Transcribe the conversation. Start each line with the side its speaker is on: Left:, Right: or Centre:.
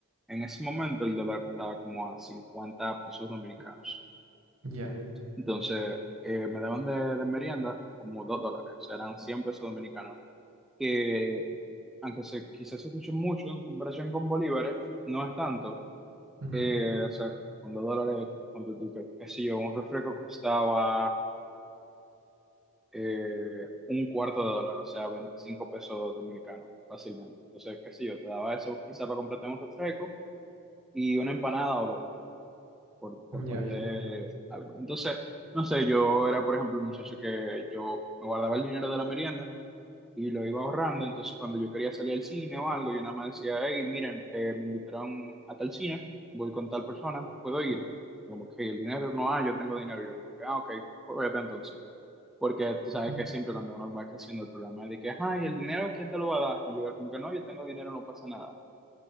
Centre: en ese momento el dólar estaba como a 50 pesos dominicanos.
Right: Ya,
Centre: Entonces, eh, me daban de, de merienda como 2 dólares, o sea, eran 100 pesos dominicanos, que aunque se, quizás se escuche mucho en comparación con bolívares, no es tanto.
Right: ujú,
Centre: Eh, o sea, con 2 dólares, ponte tú, que- qué sé yo, un refresco costaba eh, un cuarto de dólar, o sea, 25 pesos dominicanos, fácilmente. Entonces, qué sé yo, te daba eso quizá para completar un refresco y una empanada o dos, por, por
Right: Ya,
Centre: ponerte
Right: ya.
Centre: algo. Entonces, no sé, yo era, por ejemplo, el muchacho que yo me guardaba el dinero de la merienda y lo iba ahorrando, entonces cuando yo quería salir al cine o algo, yo nada más decía, hey, miren, eh, me invitaron a tal cine, voy con tal persona, ¿puedo ir? Como que el dinero no hay, yo tengo dinero. Yo como que, ah, ok, pues vete entonces. Porque tú sabes
Right: Mm,
Centre: que siempre cuando uno va creciendo el problema es de que, ay, el dinero, ¿quién te lo va a dar? Y yo como que no, yo tengo dinero, no pasa nada.